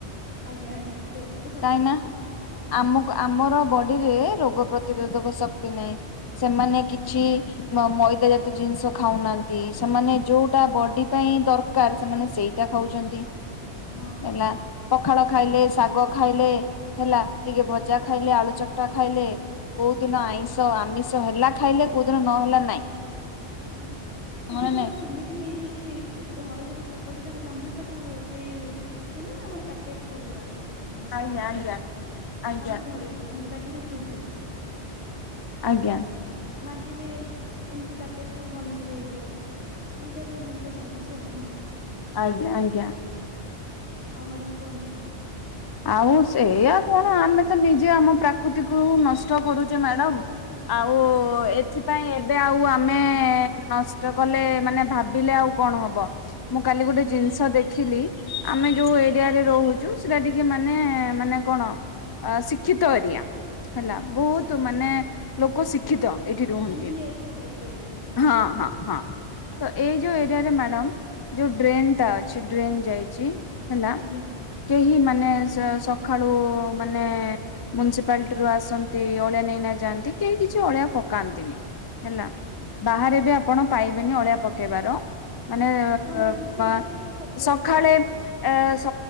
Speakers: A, on the left; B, on the left.
A: ଆଜ୍ଞା ଆଜ୍ଞା ସେଇଟା ତ ସତ
B: କାହିଁ ନା
A: କଥା
B: ଆମକୁ
A: ଆଜ୍ଞା
B: ଆମର ବ ରୋଗ ର ପ୍ରତିରୋଧକ
A: ହୁଁ
B: ଶକ୍ତି ନାହିଁ ସେମାନେ
A: ହୁଁ
B: କିଛି ମଇଦା ଜାତ ଜିନିଷ ଖାଉନାହାନ୍ତି ସେମାନେ ଯୋଉଟା ବଡି ପାଇଁ ଦରକାର ସେମାନେ ସେଇଟା ଖାଉଛନ୍ତି
A: ହଁ।
B: ହେଲା ପଖାଳ ଖାଇଲେ ଶାଗ। ଖାଇଲେ ହେଲା ଟିକେ ଭଜା ଖାଇଲେ ଆଳୁ ଚକଟା ଖାଇଲେ। କୋଉ
A: ଆଜ୍ଞା
B: ଦିନ ଆଇଁଷ ଆମିଷ। ହେଲା ଖାଇଲେ କୋଉ ଦିନ ନହେଲା ନାଇଁ।
A: ଆଜ୍ଞା
B: ହଁ
A: ଏବେ
B: ନା
A: ତ
B: ନାଇଁ
A: ମ୍ୟାଡାମ ଏମିତି ହେଇଯାଇଛି। ଯଦି ଘରେ ଗୋଟେ ଛୋଟ ପିଲା ବି କାନ୍ଦୁଛି ତାକୁ ସେଇ ମିଳୁନି ଆମର ପ୍ୟାକେଟ ଫୁଡ ଗୁଡାକ। ମାନେ
B: ଆଜ୍ଞା
A: ସ୍ନାକ୍ସ
B: ଆଜ୍ଞା
A: ଆଇଟମ
B: ଆଜ୍ଞା
A: ତାଙ୍କୁ ଧରେଇ ଦଉଛନ୍ତି ତା କି ସେ ଚୁପ ହେଇଯାଉ।
B: ଆଜ୍ଞା।
A: ମାଗିଲେ ଏମିତି ପା ପ୍ୟାକେଟ ଫୁଡ ବନେଇକି ଦେଇଦିଅ ଏଇ ଟାଇପ ର ଜିନିଷ ଚାଲିଛି ଆଉ।
B: ଆଜ୍ଞା ଆଜ୍ଞା।
A: ଆଉ ମ୍ୟାଡାମ କୁହନ୍ତୁ
B: ଆଉ ସେଇଆ କଣ ଆମେ। ତ ନିଜେ ଆମ ପ୍ରାକୃତିକୁ ନଷ କରୁଚେ
A: ନଷ୍ଟ
B: ମ୍ୟାଡ଼ମ
A: କରୁଛି
B: ଆଉ
A: ଆଜ୍ଞା
B: ଏଥି ପାଇଁ ଏବେ ଆଉ ଆମେ ନଷ୍ଟ କଲେ ମାନେ ଭାବିଲେ ଆଉ କଣ ହବ। ମୁଁ କାଲି
A: ହୁଁ
B: ଗୋଟେ ଜିନିଷ ଦେଖିଲି। ଆମେ ଯୋଉ
A: ଆଜ୍ଞା
B: ଏ। ରହୁଛୁ ସେଟା ଟିକେ ମାନେ ମାନେ କଣ ଅ ଶିକ୍ଷିତ ଏରିଆ। ହେଲା
A: ଆଚ୍ଛା
B: ବହୁତ
A: ଆଚ୍ଛା
B: ମାନେ। ଲୋକ ଶିଖ ଶିକ୍ଷିତ ଏଇଠି ରୁହନ୍ତି
A: ମାନେ ଭି ଆଇ ପି ଟାଇପ ର ଏରିଆ ହେଇଥିବ
B: ହଁ
A: ଆଉ
B: ହଁ ହଁ
A: ଆଜ୍ଞା
B: ତ ଏଇ ଯୋଉ ଏ ଏଠାରେ ମ୍ୟାଡମ ଯୋଉ ଡ୍ରେନ୍ ଟା ଅଛି ଡ୍ରେନ୍ ଯାଇଛି। ହେଲା।
A: ଆଜ୍ଞା
B: କେହି
A: ଆଜ୍ଞା
B: ମାନେ ସେ ସ ସଖାଳୁ ମାନେ ମୁନସିପାଲଟିରୁୁ ଆସନ୍ତି ଅଳିଆ ନେଇନା ଯାଆନ୍ତି କେହି କିଛି ଅଳିଆ ପକାନ୍ତିନି। ହେଲା
A: ଆଜ୍ଞା
B: ବାହାରେ
A: ଆଜ୍ଞା
B: ବି ଆପଣ। ପାଇବେନି ଅଳିଆ ପକେଇବାର ମାନେ
A: ହଁ ମ୍ୟାଡାମ ସେଇଟା
B: ବା
A: ତ ଏବେ ସବୁଆଡେ
B: ସଖାଳେ
A: ହେଇଯାଇଛି ବୋଧେ
B: ଏ ସ